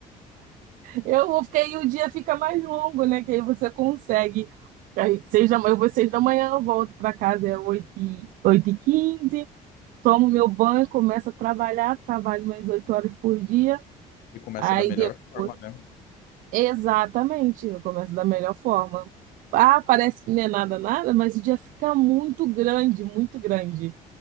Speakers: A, on the right; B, on the left.
A: Eu vou, porque aí o dia fica mais longo, né? Que aí você consegue. Aí, seis da manhã, eu vou seis da manhã, eu volto para casa, é oito e, oito e quinze, tomo meu banho, começo a trabalhar, trabalho mais oito horas por dia.
B: E começa
A: Aí
B: da melhor
A: depois,
B: forma, né?
A: exatamente, eu começo da melhor forma. Ah, parece que não é nada, nada, mas o dia fica muito grande, muito grande.